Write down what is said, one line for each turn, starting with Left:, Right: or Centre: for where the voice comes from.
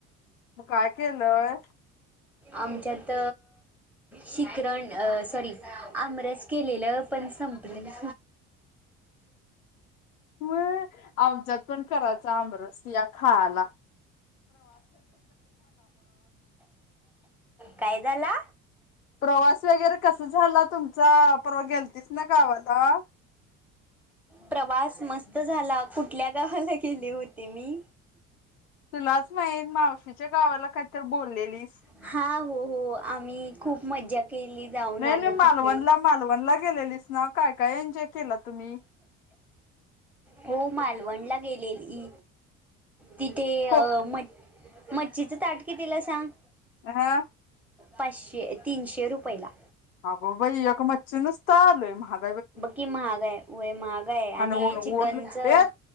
Left: मग काय केलंय?
Centre: आमच्यात शीखरण अ सॉरी आमरस केलेलं पण संपलं. <inaudible>
Left: व आमजच्यात पण करायचा आमरस या खायाला.
Centre: काय झाला?
Left: प्रवास वगैरे कस झाला तुमचा परवा गेलतीस ना गावाला
Centre: प्रवास मस् त झाला कुठल्या गावाला गेले होते मी?
Left: तुलाचं मावशीच्या गावाला काहीतर बोललेलीस
Centre: हा हो हो आम्ही खूप मज्जा केली जाऊन
Left: नाही
Centre: आलो
Left: नाही मालवणला
Centre: तिथे
Left: मालवणला गेलेलीस्ना काय काय एन्जॉय केला तुम्ही
Centre: हो मालवणला गेलेली. तिथे अ
Left: कोक
Centre: म मच्छीचं ताट कितीलाय सांग?
Left: <inaudible>
Centre: पाशे अ तीशे रुपयला.
Left: आग बाई एक मछीं नुस्ता लई महाग
Centre: बकी महाग हाय महाग व्हय महाग आहे
Left: आणि ऊन
Centre: चिकनचं
Left: ऊन ये